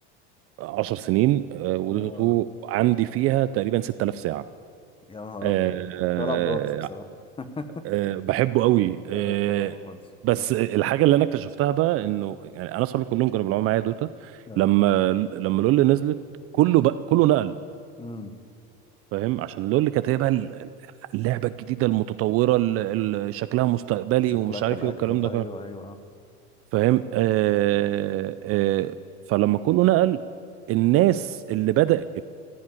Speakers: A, on the right (about 45°); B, on the left (about 15°).
A: 10 سنين آه، ودوتا
B: اه
A: 2 عندي فيها تقريبا 6000 ساعه
B: يا نهار
A: آه،
B: ابيض
A: آه،
B: طلع بودج بصراحة <laughs>
A: آه، بحبه قوي آه،
B: اه طلع بودج
A: بس
B: مم.
A: الحاجه اللي انا اكتشفتها بقى انه يعني انا اصحابي كلهم كانوا بيلعبوا معايا دوتا
B: اه
A: لما لما لول نزلت كله بقى كله نقل
B: امم
A: فاهم عشان لول كانت هي بقى ال- اللعبه الجديده المتطوره اللي اللي شكلها مستقبلي
B: شكلها
A: ومش
B: كان
A: عارف
B: اجدد
A: ايه والكلام ده
B: ايوه ايوه
A: فاهم آه آه فلما كله نقل الناس اللي بدأت